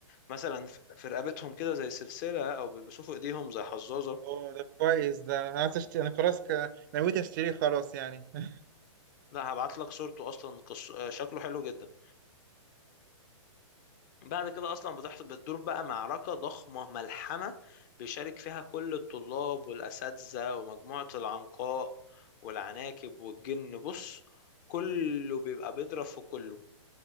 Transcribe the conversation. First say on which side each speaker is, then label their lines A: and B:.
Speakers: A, on the left; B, on the right.
A: مثلا في في رقبتهم كده زي سلسلة أو بيلبسوه في إيديهم زي حظاظة
B: اوه ده كويس ده انا عايز اشتري انا خلاص ك- نويت اشتريه خلاص يعني <laughs>
A: لا هبعت لك صورته أصلا قص- آه، شكله حلو جدا بعد كده اصلا بتحصل بتدور بقى معركه ضخمه ملحمه بيشارك فيها كل الطلاب والاساتذه ومجموعه العنقاء والعناكب والجن بص كله بيبقى بيضرب في كله